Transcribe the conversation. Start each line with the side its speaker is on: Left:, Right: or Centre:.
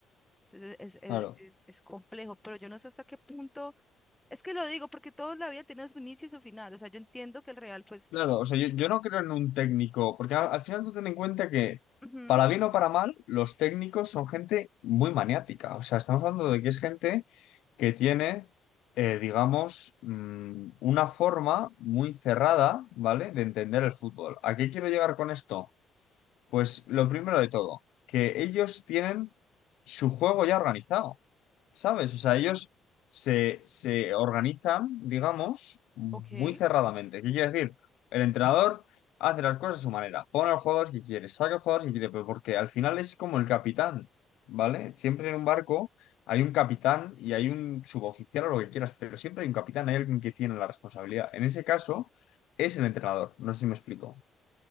Centre: Entonces es, es,
Left: Claro.
Centre: es- es complejo, pero yo no sé hasta qué punto. Es que lo digo porque toda la vida tiene su inicio y su final. O sea, yo entiendo que el real, pues,
Left: Claro, o sea, yo, yo no creo en un técnico, porque al, al final tú ten en cuenta que,
Centre: ujú,
Left: para bien o para mal, los técnicos son gente muy maniática. O sea, estamos hablando de que es gente que tiene, eh, digamos, mm, una forma muy cerrada, ¿vale?, de entender el fútbol. ¿A qué quiero llegar con esto? Pues lo primero de todo, que ellos tienen su juego ya organizado. ¿Sabes? O sea, ellos se, se organizan, digamos, muy
Centre: ok,
Left: cerradamente. ¿Qué quiere decir? El entrenador hace las cosas a su manera, pone a los jugadores que quiere, saca a los jugadores que quiere, pero porque al final es como el capitán, ¿vale? Siempre en un barco hay un capitán y hay un suboficial o lo que quieras, pero siempre hay un capitán, hay alguien que tiene la responsabilidad. En ese caso, es el entrenador. No sé si me explico.